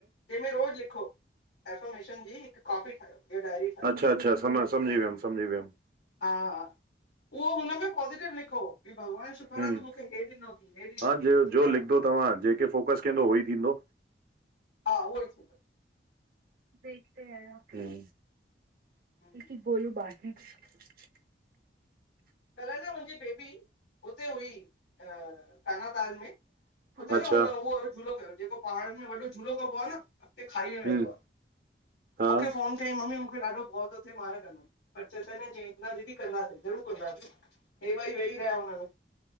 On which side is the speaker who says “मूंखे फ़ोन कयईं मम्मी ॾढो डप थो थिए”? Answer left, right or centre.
Left